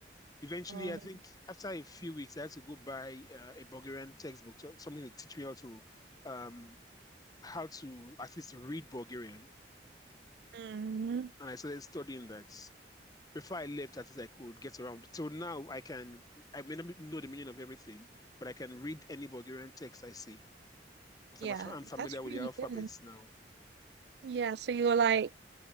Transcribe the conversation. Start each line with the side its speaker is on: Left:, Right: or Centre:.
Left: Eventually,
Right: Oh,
Left: I think after a few weeks, I had to go buy uh, a Bulgarian textbook, so- something to teach me how to um, how to at least read Bulgarian.
Right: mm,
Left: And I started studying that. Before I left, at least I could get around. So now I can, I may not know the meaning of everything, but I can read any Bulgarian text I see. Because
Right: yeah,
Left: I'm, I'm familiar
Right: that's
Left: with
Right: really
Left: the alphabets
Right: good.
Left: now.
Right: Yeah, so you're like